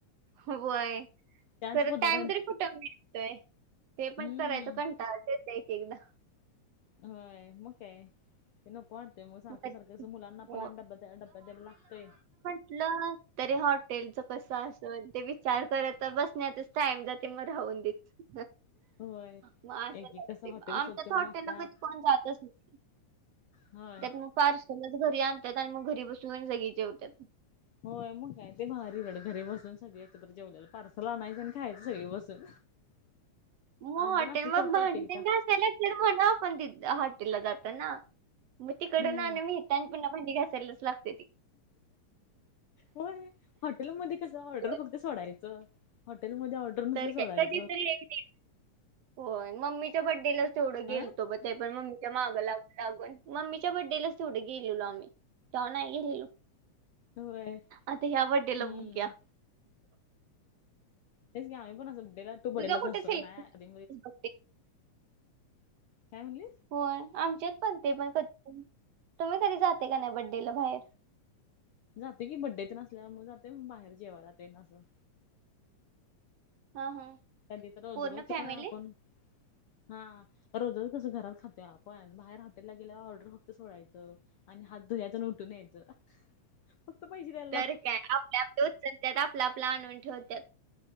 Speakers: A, on the right; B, on the left.
A: होय आहे
B: त्याच
A: खरं
B: पदार्थ
A: टाइम तरी कुठतोय ते पण
B: हम्म
A: करायचं कंटाळ येत एक एकदा
B: होय मग काय ते नको वाटततेय मग सारख्या
A: कधी-
B: सारख्या मुलांना
A: हो
B: पण आणि डब्या डब्या द्यायला लागतय
A: म्ह तरी हॉटेलच कस असेल ते विचार करत बसण्या टाईम जाते मग राहून देत
B: होय.
A: मग असंते
B: एक एक कसं हॉटेल
A: आमच्यात
B: स्वच्छ पण
A: हॉटेल
B: असतात
A: ला कोण जातच नाही
B: होय
A: मग पार्सलच घरी आणतात आणि मग घरी बसून जागे जेवतात
B: होय मग काय ते बाहेर इकडे घरी बसून सगळे एकत्र जेवलेलं पार्सल आणायचं आणि खायचं सगळी बसून
A: मग
B: आम्ही
A: हॉटेल
B: पण असंच
A: मग
B: करतो
A: भांड
B: एक एकदा
A: त्यांना असायला तिकडे म्हणा आपण त हॉटेला जात ना मग तिकड
B: हम्म
A: ना मी त्यांनी पुन्हा भांडी घासायला लागतंय
B: होय हॉटेलमध्ये कस ऑर्डर
A: तर
B: फक्त सोडायचं हॉटेलमध्येध्ये ऑर्डर नुसत
A: तर
B: सोडायचं
A: काय कधीतरी एक होय मम्मीच्या बड्डेलाच तेवढं गेलतो
B: हा
A: ब ते पण मम्मी च्या माग लागून लागवून मम्मीच्या बड्डेलाच तेवढे गेलेलो आम्ही तेव नाही गेलेलो
B: होय
A: आता ह्या बडेला
B: हम्म
A: बगूया
B: तेच घ आम्हीणं बडेला तू
A: तुझा
B: बडेलाच
A: कुठे
B: असं
A: सेलिब्रेशन
B: ना नाही आधी
A: बर्थडे
B: काय म्हणली
A: होय आमच्यात पण ते पण कधी तुम्ही कधी जाते का नाही बड्डेला बाहेर
B: जाते की बड्डेेत नसल्या मग जाते बाहेर जेवालाात ना असं
A: हा हा
B: कधी तर रोज
A: पूर्ण
B: रोज
A: फॅमिली
B: का आपण हा रोजच तसं घरात खाते आपण बाहेर हातला गेल्यावर ऑर्डर फक्त सोडायचं आणि हात धु्याच उठून या्यायच. फक्त पैशेऽ
A: तर काय,, आपल्या आपल्या उचलत्यात,, आपलं आपलं आणून ठेवतात.